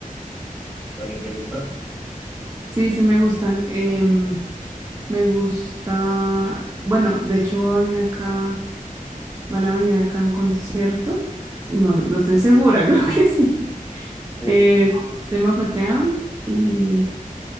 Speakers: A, in the centre; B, on the right.
A: ¿También te gusta?
B: Sí, sí me gustan. Em, me gusta, bueno, de hecho va a venir acá, van a venir acá a un concierto. No, no estoy segura, <laughs> creo que sí.
A: Sí.
B: Eh, System of a Down y